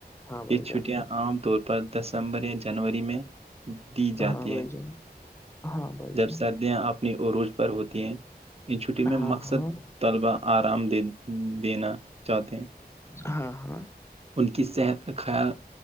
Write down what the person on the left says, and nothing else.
ہاں بھائی
جان
ہاں بھائی
جان ہاں بھائی
جان
ہاں
ہاں
ہاں ہاں